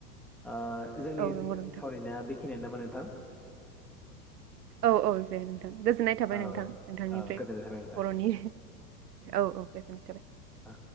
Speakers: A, in the centre; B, on the right.
A: ओ जोंनि
B: औ
A: सावरायनाया
B: नंगौ नोंथां
A: बे खिनियानो नामा नोंथां।
B: औ औ दे। गोजोननाय थाबाय
A: औ
B: नोंथां नोंथांनिफ्राय
A: औ गोजोननाय थाबाय नोंथां
B: बर'नि औ औ दे। <unintelligible>
A: आ।